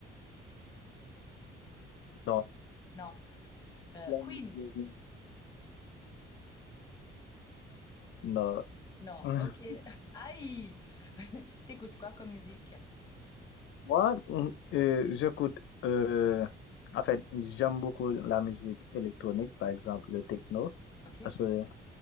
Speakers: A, on the left; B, on the left.
A: non.
B: Non. Euh,
A: <laughs>
B: Queen.
A: Non.
B: Non.
A: <laughs>
B: Ok. <laughs> Aïe! <laughs> T'écoutes quoi comme musique?
A: Moi, mm, euh, j'écoute, euh, en fait, j'aime beaucoup la musique électronique, par exemple le techno,
B: Ok.
A: parce que